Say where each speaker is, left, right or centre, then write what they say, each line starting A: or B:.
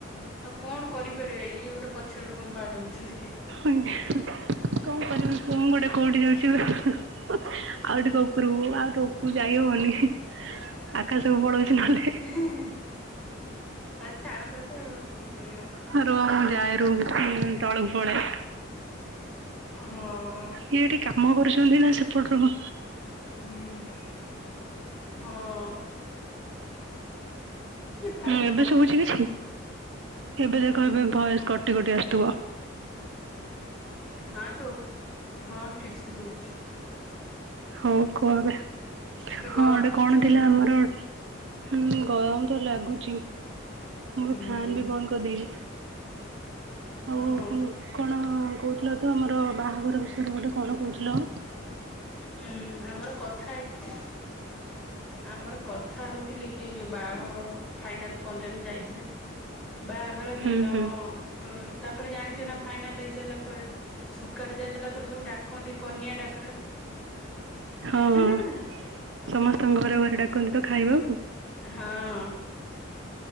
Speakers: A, in the centre; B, on the right (about 60°).
A: ଆଉ କଣ କରିପାରିବା ଇଏ ଗୋଟେ ପଛରେ ଗୋଟେ କଣ ବାଡଉଛନ୍ତି କିଏ।
B: ଆଜ୍ଞା କଣ କରିବି ମୁଁ ଗୋଟେ କୋଉଠି ଯାଉଛି। <inaudible> ଆଉ ଟିକେ ଉପରକୁ ଆଉ ଟିକେ ଉପୁ ଯାଇ ହବନି। ଆକାଶକୁ ପଳଉଛି ନହେଲେ
A: ହେଁ-ହେଁ-ହେଁ, ଆଉ ଛାଡ ସେକଥା ଆଉ କଣ କରିବା।
B: ହଁ ରୁହ ମୁଁ ଯାଏ ରୁମକୁ-ଉ-ଉ ତଳକୁ ପଳାଏ।
A: ହଁ।
B: ଇଏ ଏଠି କାମ କରୁଛନ୍ତି ନା ସେପଟରୁ ହଁ।
A: ହୁଁ-ଉ-ଉ ହଁ। ଭାରି
B: ହଁ
A: ଗରମ
B: ଏବେ ଶୁଭୁଛି କିଛି? ଏବେ ଦେଖ ଏବେ ଭୟସ କଟି-କଟି ଆସୁଥୁବ।
A: ନାଁ ତ, ହଁ ଠିକ୍ ସେ ଶୁଭୁଛି।
B: ହଉ କୁହ ଏବେ,
A: ଏବେ
B: ହଁ
A: ଗରମ
B: ଗୋଟେ
A: ହଉଛି
B: କଣ
A: କେମିତି
B: ଥିଲା ଆମର ହୁଁ ଗରମ ତ ଲାଗୁଛି ମୁ
A: ହୁଁ
B: ଫ୍ୟାନ୍ ବି ବନ୍ଦ କରିଦେଇଛି ଆଉ
A: ଓହୋ।
B: କଣ କଣ କହୁଥିଲ ତ ଆମର ବାହାଘର ବିଷୟରେ ଗୋଟେ କଣ କହୁଥିଲ
A: ହୁଁ ଆମର କଥା ହେଇଥି ଆମର କଥା ହଉଥିଲେ କି ବାହାଘର ଫାଇନାଲ୍ ପର୍ଯ୍ୟନ୍ତ ମୁଁ ଯାଇଥିଲି ବାହାଘର ଦିନ
B: ହୁଁ ହୁଁ
A: ତ ତାପରେ ଜାଣିଛ ନା ଫାଇନାଲ ହେଇ ସାରିଲା ପରେ। ସୁଖାରେ ଯାଇ ସାରିଲା ପରେ ସବୁ ଡାକନ୍ତି କନିଆ ଡାକରା ଜାଣିଛ
B: ହଁ ହଁ
A: ନା ନାଇ?
B: ସମସ୍ତଙ୍କ ଘରେ ଘରେ ଡାକନ୍ତି ତ ଖାଇବା ଆଉ।
A: ହଁ।